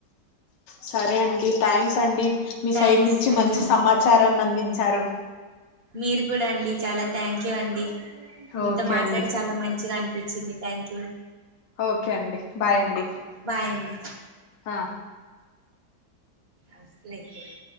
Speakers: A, on the left; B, on the right.
A: సరే అండి థ్యాంక్స్ అండి మీ
B: థ్యాంక్స్
A: సైడ్ నుంచి
B: అండి
A: మంచి సమాచారానందించారు
B: మీరు కూడా అండి చాలా థ్యాంక్ యూ అండి మీతో
A: ఓకే
B: మాట్లాడి
A: అండి
B: చాలా మంచిగా అనిపించింది థ్యాంక్ యూ
A: ఓకే అండి బాయ్ అండి
B: బాయ్ అండి
A: ఆ
B: అసలైతయి